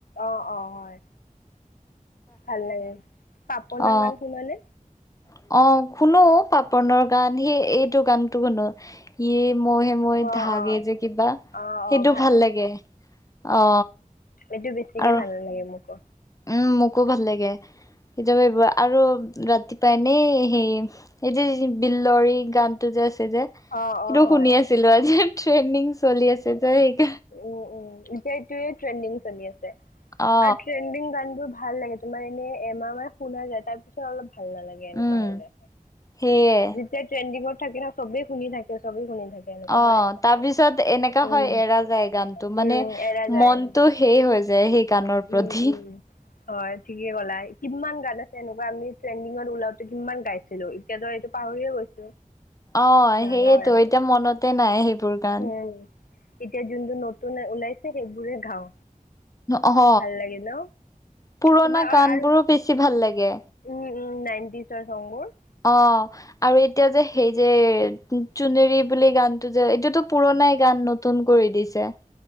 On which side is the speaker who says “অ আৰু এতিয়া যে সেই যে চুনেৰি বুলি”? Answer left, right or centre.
Left